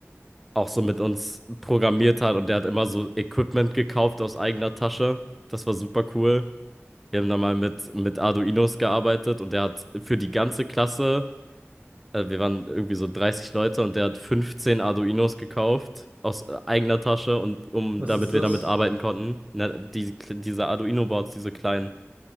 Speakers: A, in the centre; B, on the right.
A: auch so mit uns programmiert hat und der hat immer so Equipment gekauft aus eigener Tasche. Das war super cool. Wir haben da mal mit, mit Arduinos gearbeitet und der hat für die ganze Klasse äh, wir waren irgendwie so 30 Leute und der hat 15 Arduinos gekauft aus äh, eigener Tasche und um
B: Was
A: damit
B: ist
A: wir
B: das?
A: damit arbeiten konnten. Na, die, diese Arduino-Boards, diese kleinen,